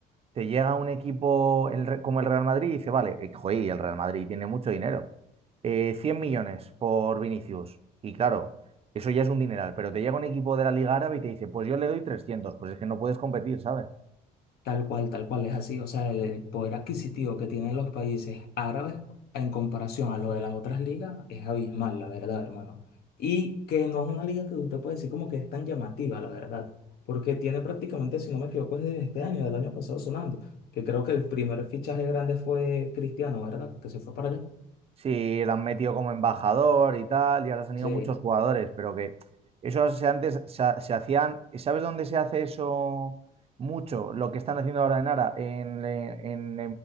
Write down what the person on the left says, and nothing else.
Tal cual, tal cual es así. O sea, el, el poder adquisitivo que tienen los países árabes en comparación a lo de las otras ligas es abismal, la verdad, hermano. Y que no es una liga que usted puede decir como que es tan llamativa, la verdad. Porque tiene prácticamente, si no me equivoco, es de este año, del año pasado sonando. Que creo que el primer fichaje grande fue Cristiano, ¿verdad? Que se fue para allá.
Sí,